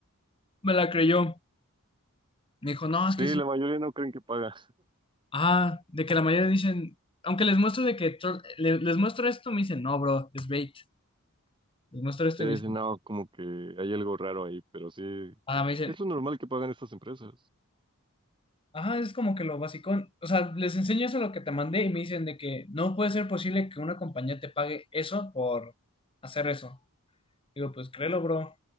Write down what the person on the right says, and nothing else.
Sí,
la mayoría no creen que paga.
Sí,
dicen,
no, como que hay algo raro ahí, pero sí,
es lo normal que pagan estas empresas.